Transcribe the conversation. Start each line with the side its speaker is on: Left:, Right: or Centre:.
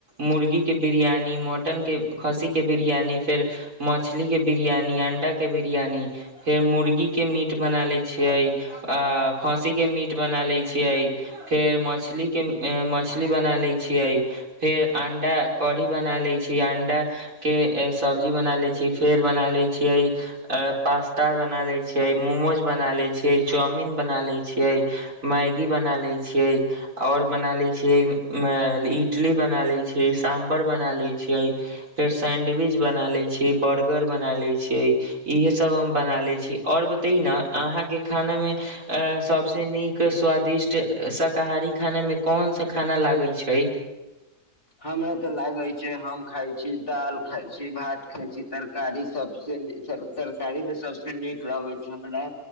Right: मुर्गी के बिरयानी मटनके खस्सीके बिरयानी फेर मछली के बिरियानी अंडा के बिरियानी फेर मुर्गी के मीठ बना लै छियै आ खाँसी के मीठ बना लै छियै फेर मछली के मछली बना लै छिय फेर अंडा कढ़ी बना लै छी अंडा के सब्जी बना लै छी की फेर बना लै छियै पास्ता बना लै छियै मोमोज बना लै छियै चाउमिन चाउमिन बना लै छियै मैगी बना लै छियै और बना लै छियै। इटली बना लै छियै साम्भर बना लै छियै फेर सैंडविच बना लै जे बर्गर बना लै छै इहे सब हम बना ले छी और बता ही न अहाँ के खाना में अ सबसे नीक स्वादिष्ट शाकाहारी खाना में कौन सा खाना लागै छै
Left: हमरा तऽ लागै छै हम खाय छी, दाल खाइ छी, भात खाइ छी, तरकारी सब तरकारीमे सबसँ नीक लगैय छैय हमरा